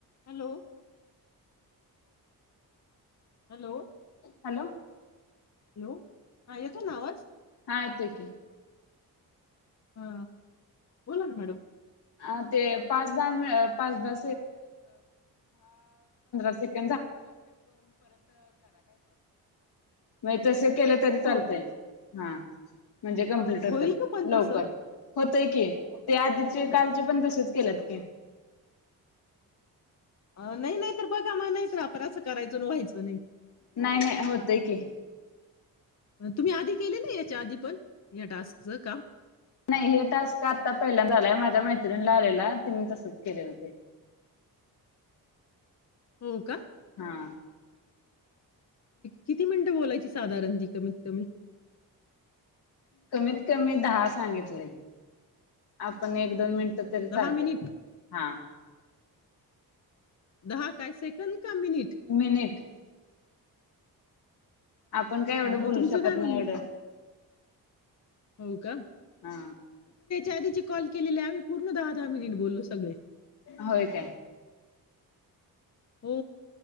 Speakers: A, on the left (about 45°); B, on the left (about 85°).
A: Hello hello
B: hello
A: hello हा येतो ना आवाज
B: हा येतोय की
A: हा बोला ना मॅडम
B: हा ते पाच दहा पाच दहा सेक म्हणजे तस केल तरी चालतय.
A: हो
B: हा. म्हणजे कंप्लीट होतात.
A: होईल का पण
B: लवकर
A: तसं
B: हो -- होतय की ते आधीच कालचे पण तसेच केल्यात की.
A: अ नाही नाही तर बघा मग नाहीत आपण असं करायचं व्हायचं नाही.
B: नाही नाही होतय की.
A: तुम्ही आधी केले ना याच्या आधी पण या टास्कच काम.
B: नाही हे टास्क आता पहिल्या झालाय माझ्या मैत्रिणीला आलेला तिने तसच केलेलं ते.
A: हो का?
B: हा.
A: किती मिनिटं बोलायची साधारण ती कमीत कमी?
B: कमीत कमी दहा सांगितले. आपण एक दोन मिनट -- तरी चालतय.
A: दहा मिनिट
B: हा
A: दहा काय सेकंद का मिनिट?
B: मिनिट आपण काय एवढं
A: अ, मग
B: बोलू
A: तुमचं
B: शकत
A: काय म्हणणं
B: नाही एवढं.
A: हो का.
B: हा
A: आधचे कॉल केलेले आम्ही पूर्ण दहा दहा मिनिट बोललो. सगळे
B: होय काय?
A: हो